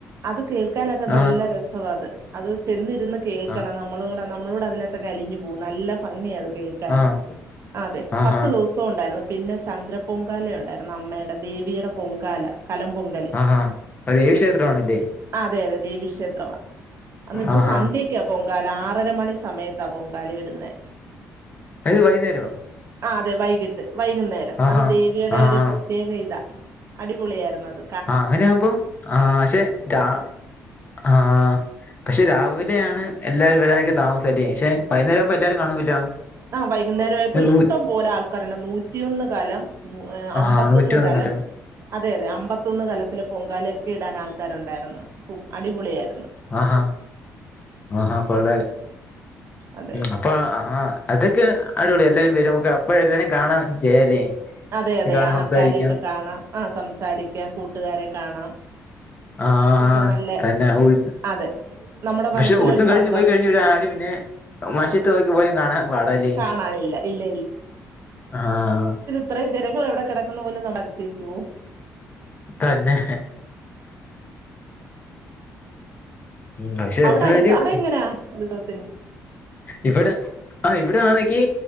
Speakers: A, on the right (about 50°); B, on the left (about 30°).
A: അത് കേൾക്ക് നൊക്കെ
B: ആഹ്
A: നല്ല രസവാത് അത് ചെന്നിരുന്ന് കേൾക്കണം
B: ആഹ്
A: നമ്മളുംകൂടെ നമ്മളൂടെ അതിനാത്തങ്ങ് അലിഞ്ഞുപോം നല്ല ഭംഗിയാത് കേൾക്കാന്
B: ആഹ്
A: അതെ
B: ആഹാ
A: പത്ത്ദിവസ സോണ്ടാരുന്നു പിന്നെ ചന്ദ്ര പൊങ്കാല ഒണ്ടാരുന്നു അമ്മേടെ ദേവിടെ പൊങ്കാല കലം പൊങ്ക
B: ആഹ് ആഹ് അത് ദേവിക്ഷേത്രവാണല്ലെ
A: അതെ അതെ ദേവിക്ഷേത്രവ അന്നെച്ചാ
B: ആഹാ
A: സദ്യ ക്ക്യ പൊങ്കാല ആറര മണി സമയത്ത പൊങ്കാല ഇടുന്നേ
B: അത് വൈകുന്നേരമോ
A: ആഹ് അതെ വൈകീട്ട് വൈകുന്നേരം
B: ആഹാ
A: അത് ദേവിയുടെ
B: ആഹ്
A: ഒരു പ്രത്യേക ഇതാ അടിപൊളിയാരുന്നത്
B: ആഹ് അങ്ങനെയാവുമ്പൊ ആഹ് ഷെ രാ ആഹ് പക്ഷെ രാവിലെയാണ് എല്ലാരും വരാക്കെ താമസ അല്ലെ പക്ഷെ വൈന്നേരപ്പ എല്ലാരും കാണൂല്ലോ
A: ആഹ് വൈകുന്നേരായപ്പൊ ഇഷ്ടം
B: നൂ
A: പോലെ ആൾക്കാരുണ്ട് നൂറ്റിയൊന്ന് കലം ഏ
B: ആഹ്
A: അമ്പത്തൊന്ന്
B: നൂറ്റി ആഹ്
A: കലം അതെ അതെ അമ്പത്തൊന്ന് കലത്തില് പൊങ്കാലൊക്കെ ഇടാൻ ആൾക്കാരുണ്ടാരുന്നു അടിപൊളിയാരുന്നു
B: ആഹാ ആഹാ കൊള്ള
A: അതെ
B: അപ്പൊ ആഹ് അതൊക്കെ അടിപൊളി എല്ലാരും വരുംമക്ക് അപ്പഴ എല്ലാരും കാണാൻ ചെയ്യാലേ
A: അതെ അതെ
B: കാണാൻ
A: ആൾക്കാരെയൊക്കെ
B: സംസാരിക്കാം
A: കാണാം ആഹ് സംസാരിക്കാം കൂട്ടുകാരെ കാണാം
B: ആഹ്
A: ഒക്കെ നല്ല
B: കല ഉത്സ
A: അതെ നമ്മുടെ
B: പക്ഷെ
A: മനസ്സിനൊരു
B: ഉത്സവം കഴിഞ്ഞ്പോയി
A: സന്തോഷം
B: കഴിഞ്ഞ ഇവരാരെ പിന്നെ മഷീട്ട് നോക്കിയ പോലും കാണാൽ പാടാല്ലെ
A: കാണാനില്ല ഇല്ല
B: ആഹ്
A: ഇത്രേം ജനങ്ങൾ എവിടെ കെടക്കുന്നു പോലും നമ്മള്അതിശയിച്ച്പോം
B: തന്നെ ഉം പക്ഷെ
A: അവിടെ
B: എന്തായാലും
A: അടുത്ത് അവിടെ എങ്ങനെയാ ഉത്സവത്തിന്
B: ഇവിടെ ആഹ് ഇവിടെ ആന്നെക്കി